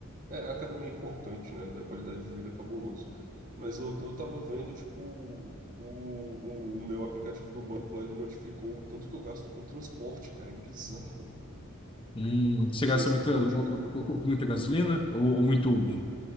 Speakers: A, on the right; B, on the left.
A: É, a academia é importante, né? Da qualidade de vida é cabuloso. Mas eu, eu tava vendo, tipo, o, o, o meu aplicativo do banco lá, ele notificou o tanto que eu gasto com transporte, cara. É bizarro.
B: Hum, você
A: Você
B: gasta
A: você
B: muita,
A: falou de carro.
B: muita gasolina ou, ou muito Uber?